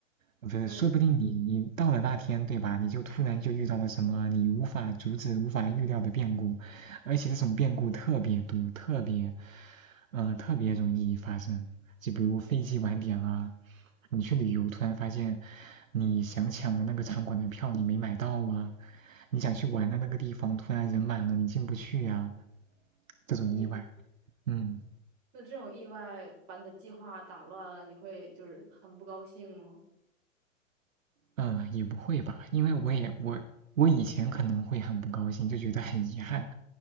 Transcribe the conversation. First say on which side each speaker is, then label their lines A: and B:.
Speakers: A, on the right (about 90°); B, on the right (about 40°).
A: 呃不是，
B: 对
A: 说不定你你到了那天，对吧？你就突然就遇到了什么你无法阻止、无法预料的变故，而且这种变故特别多，特别，嗯、呃特别容易发生。就比如飞机晚点啊，你去旅游突然发现你想抢的那个场馆的票你没买到啊，
B: <laughs>，
A: 你想去玩的那个地方突然人满了你进不去呀、
B: 嗯，
A: 这种意外，
B: 嗯
A: 嗯。
B: 那这种意外把你的计划打乱了，你会就是很不高兴吗？
A: 嗯，呃也不会吧，因为我也我我以前可能会很不高兴，就觉得很遗憾，